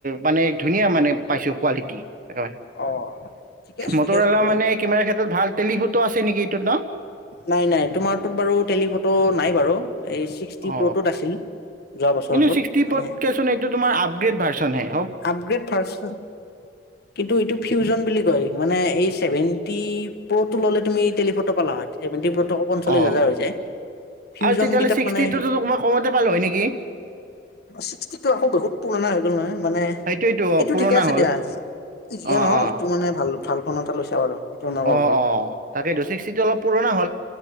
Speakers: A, on the right (about 50°); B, on the left (about 60°).
A: মানে ধুনীয়া মানে পাইছো কোৱালিটি হয়।
B: অ ঠিকে আছে
A: মটোৰৱালা
B: ঠিকে আছে ভালে
A: মানে কেমেৰাৰ ক্ষেত্ৰত ভাল টেলি ফটো আছে নেকি এইটোত ন?
B: নাই নাই তোমাৰটোত বাৰু টেলিফটো নাই বাৰু এই ছিক্সটি
A: অ
B: প্ৰ'টোত আছিল। যোৱা বছৰটোত
A: কিন্তু ছিক্সটি
B: মানে
A: পতকেচোন এইটো তোমাৰ আপগ্ৰেড ভাৰ্জন হে।
B: আপগ্ৰেড ভাৰচোন। কিন্তু এইটো ফিউজন বুলি কয় মানে এই ছেভেণ্টি প্ৰ'টো ল'লে তুমি টেলিফটো পালা হয়। এভেণ্টি বতক পঞ্চল্লিছ
A: অ
B: হাজাৰ হৈ যায়, ফিউজন
A: আৰু তেতিয়াহ'লে
B: কিতাপ
A: ছিক্সটিটোতো
B: মানে
A: তোক মই কমতে পালোঁ হয় নেকি?
B: ছিক্সটি টো আকৌ বহুত পুৰণা হৈ গ'ল নহয়। মানে
A: সেইটোৱেইটো অ'
B: এইটো
A: পুৰণা
B: ঠিকে আছে
A: হ'ল।
B: দিয়া, যিয়ে
A: অ'
B: নহও
A: অ',
B: এইটো মানে ভাল ভাল ফোন এটা লৈছা বাৰু। সেইটো মই ক'ব
A: অঁ
B: পাৰো
A: অঁ তাকেইটো চিক্টিটো অলপ পুৰণা হ'ল